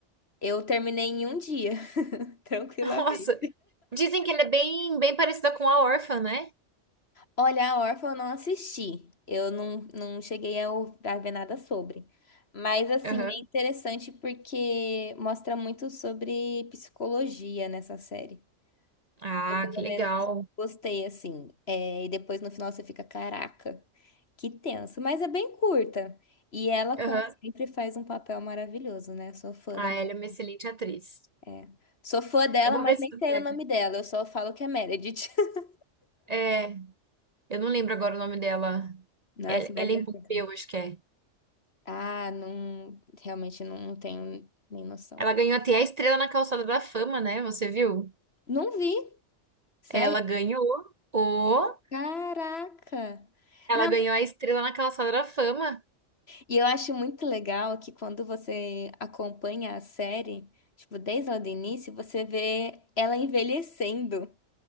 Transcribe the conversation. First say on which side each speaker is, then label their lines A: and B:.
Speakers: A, on the left (about 55°); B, on the right (about 40°).
A: Eu terminei em um dia, <laughs> tranquilamente.
B: <laughs> Nossa. Dizem que ela é bem, bem parecida com a Órfã, né?
A: Olha, a Órfã eu não assisti. Eu não, não cheguei a, ou- a ver nada sobre. Mas, assim,
B: Aham.
A: é interessante porque mostra muito sobre psicologia nessa série.
B: Ah,
A: Pelo
B: que legal.
A: menos gostei, assim. É, e depois no final você fica, caraca, que tenso. Mas é bem curta. E ela,
B: Aham.
A: como sempre, faz um papel maravilhoso, né? Sou fã
B: Ah,
A: da Mer-
B: ela é uma excelente atriz.
A: é. Sou fã dela,
B: Eu vou
A: mas
B: ver
A: nem
B: se tu
A: sei
B: pega.
A: o nome dela. Eu só falo que é Meredith. <laughs>
B: É, eu não lembro agora o nome dela.
A: Nossa,
B: É-
A: mas
B: Ellen
A: é
B: Pompeu,
A: muito.
B: acho que é.
A: Ah, não. Realmente não tenho nem noção.
B: Ela ganhou até a Estrela na Calçada da Fama, né? Você viu?
A: Não vi. Sério?
B: Ela ganhou o...
A: Caraca!
B: Ela
A: não
B: ganhou a Estrela na Calçada da Fama.
A: E eu acho muito legal que quando você acompanha a série, tipo, desde lá do início, você vê ela envelhecendo.